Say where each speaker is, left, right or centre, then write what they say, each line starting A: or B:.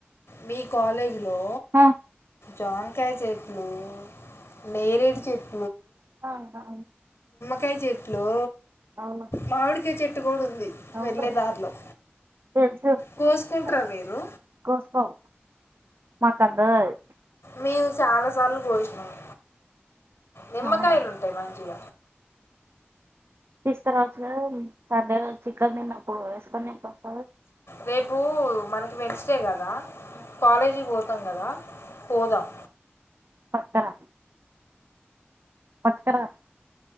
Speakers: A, on the left; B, on the right.
A: మీ కాలేజీలో
B: ఆ
A: జాన్కాయ చెట్లు నేరేడు చెట్
B: అవునా
A: కయి చెట్లు
B: అవును
A: మామిడికాయ చెట్టు కూడా ఉంది
B: అవును
A: వెళ్ళే దారిలో
B: తె కోసుకో
A: కోసుకుంటారా మీరు
B: కోస్తాం మాకందది
A: మేము చాలా సార్లు కోశ్నమ్ నిమ్మకాయలు
B: అవునా
A: ఉంటాయి మంచిగ
B: తీసుకురావచ్చు కదా సండే చికెన్ తిన్నప్పుడు వేసుకని తింటాం
A: రేపు మనకి వెన్స్డే కదా కాలేజీ పోతాం కదా పోదాం
B: పట్కరా పట్కరా